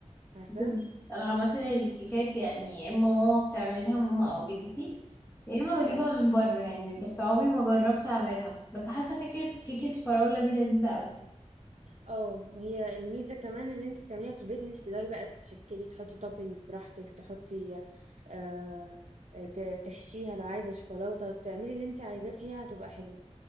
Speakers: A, on the right; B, on the left.
A: عارفة
B: بالظبط أنا عامة الكيكات يعني يا إما ماما بتعملها ماما أو جدتي يا إما بجيبها
A: اه
B: من بره يعني بس عمري ما جربت أعملها بس حاسة فكرة كيكة الفراولة دي لذيذة أوي
A: اه هي الميزة كمان ان انت تعمليها في البيت ان انت تقدري بقى تشكلي تحطي توبينجز براحتك تحطي آه آه، ت- تحشيها لو عايزة شوكولاتة تعملي اللي انت عايزاه فيها هتبقى حلوة